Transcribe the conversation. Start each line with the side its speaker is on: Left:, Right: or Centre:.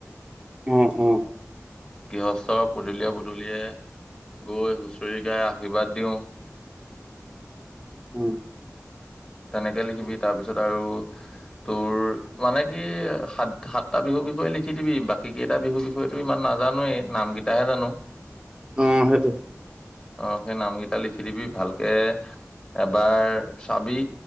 Right: উম উম
Left: গৃহস্থ পদূলীয়া পদূলিয়ে গৈ হুঁচৰি গাই আশীৰ্বাদ দিওঁ
Right: উম
Left: তেনেকে লিখিবি তাৰপিছত আৰু তোৰ মানে কি সাত সাতটা বিহুৰ বিষয়ে লিখি দিবি বাকী কেইটা বিহুৰ বিষয়েতো ইমান নাজানোৱেই নাম কেইটাহে জানো
Right: অ সেইটো
Left: অ সেই নামকেইটা লিখি দিবি ভালকে এবাৰ চাবি